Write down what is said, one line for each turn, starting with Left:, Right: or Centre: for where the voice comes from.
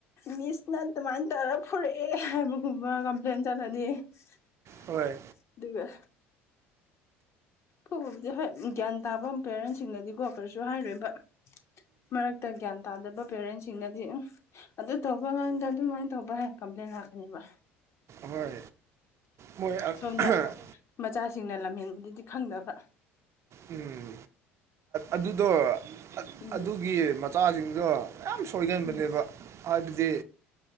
Left: ꯃꯤꯁꯅ ꯑꯗꯨꯃꯥꯏꯅ ꯇꯧꯔ ꯐꯨꯔꯛꯑꯦ ꯍꯥꯏꯕꯒꯨꯝꯕ ꯀꯝꯄ꯭ꯂꯦꯟ ꯆꯧꯂꯅꯤ꯫ <unintelligible>
Right: ꯍꯣꯏ
Left: ꯑꯗꯨꯒꯕ ꯐꯕꯕꯨꯗꯤ ꯍꯣꯏ ꯒ꯭ꯌꯥꯟ ꯇꯥꯕ ꯄꯦꯔꯦꯟꯁꯤꯡꯅꯗꯤꯀꯣ ꯀꯔꯁꯨ ꯍꯥꯏꯔꯣꯏꯕ꯫ ꯃꯔꯛꯇ ꯒ꯭ꯌꯥꯟ ꯇꯥꯗꯕ ꯄꯦꯔꯦꯟꯁ ꯆꯤꯡꯅꯗꯤ ꯑꯗꯨꯝ ꯑꯗꯨ ꯇꯧꯕ ꯉꯝꯗ ꯑꯗꯨꯃꯥꯏꯅ ꯇꯧꯕ ꯍꯥꯏ ꯀꯝꯄ꯭ꯂꯦꯟ ꯂꯥꯛꯀꯅꯦꯕ꯫
Right: ꯍꯣꯏ ꯃꯣꯏ
Left: ꯁꯣꯝꯗ
Right: <unintelligible>
Left: ꯃꯆꯥꯁꯤꯡꯅ ꯂꯝꯍꯦꯟꯕꯗꯗꯤ ꯈꯪꯗꯕ꯫
Right: ꯎꯝ ꯑꯗꯨꯗꯣ
Left: ꯎꯝ
Right: ꯑꯗꯨꯒꯤ ꯃꯆꯥꯁꯤꯡꯗꯣ ꯌꯥꯝ ꯁꯣꯏꯒꯟꯕꯅꯦꯕ
Left: ꯎꯝ
Right: ꯍꯥꯏꯕꯗꯤ